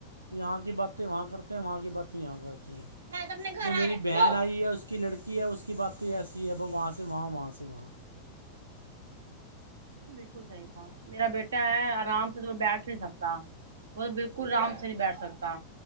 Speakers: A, on the right; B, on the right.
A: یہاں کی باتیں وہاں کرتے ہیں وہاں کی باتیں یہاں کرتے ہیں
B: تو اپنے گھر
A: جو میری
B: آ رکھی
A: بہن
B: ہوں
A: آئی ہے اس کی لڑکی ہے اس کی بات تو ایسی ہے وہ وہاں سے وہاں وہاں سے وہاں
B: بالکل صحیح تھا میرا بیٹا ہے آرام سے تو بیٹھ نہیں سکتا وہ تو بالکل آرام سے نہیں بیٹھ سکتا